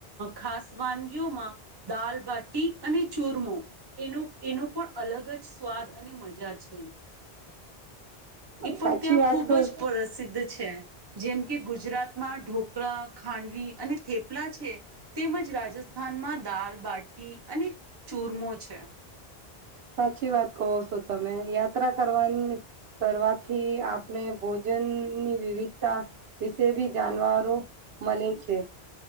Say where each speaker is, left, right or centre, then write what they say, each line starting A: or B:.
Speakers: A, on the right; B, on the right.
A: ખાસ વાનગીઓમાં દાલબાટી અને ચૂરમો એનો એનો પણ અલગ જ સ્વાદ અને મજા છે પણ
B: સાચી
A: ત્યાં
B: વાત
A: ખૂબ
B: ક
A: જ પ્રસિદ્ધ છે જેમ કે ગુજરાતમાં ઢોકળા ખાંડવી અને થેપલા છે તેમજ રાજસ્થાનમાં દાલ બાટી અને ચૂરમો છે
B: સાચી વાત કહો છો તમે યાત્રા કરવા કરવાથી આપને ભોજનની વિવિધતા વિશે બી જાણવારો મળે છે